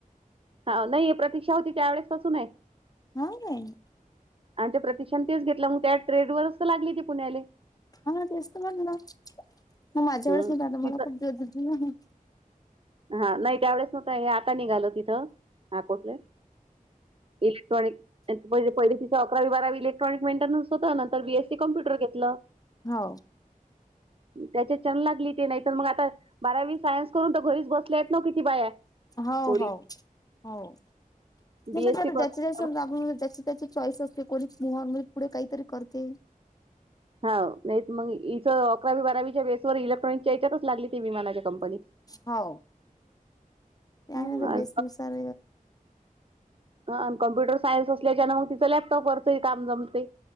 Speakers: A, on the right (about 40°); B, on the left (about 25°).
A: हा नाही प्रतीक्षा होती त्यावेेळेस पासून आहे.
B: हा काय?
A: आणि ते प्रतिक्षण तेच घेतलं मग त्या ट्रेड वरच तर लागली ती पुण्याले
B: हा तेच तर म्हटलं मग माझ्या
A: हम्म
B: वर ते आता मला
A: तिथं
B: खूप जाते हह
A: हा नाही त्यावेेळेस नव्हतं हे आता निघाल तिथं अकोटले इलेक्ट्रॉनिक म्हणजे पहि तिचा अकरावी बारावी इलेक्ट्रॉनिक मेंटेनन्स होत ना तर बीएससी कम्प्युटर घेतलं.
B: हा हा
A: त्याच्या क्षण लागली ते नाहीतर मग आता बारावी सायन्स करून तो घरीच बसले आहेत नव की ती बाया
B: हो
A: पोरी
B: हो हो. <unintelligible>
A: बीएससी करून
B: त्याचे चॉईस असते कोणीह नॉर्मली पुढे काहीतरी करते.
A: हा नाही मग इथं अकरावी बारावीच्या बेसवर इलेक्ट्रॉनिकच्या हेच्यातच लागली ती विमानाच्या कंपनीत.
B: हो ते
A: हम्म,
B: आहे ना
A: आणि
B: बेसनुसार
A: ह आणि कॉम्प्युटर सायन्स असल्याच्यान मग तिचं लॅपटॉपवरचही काम जमते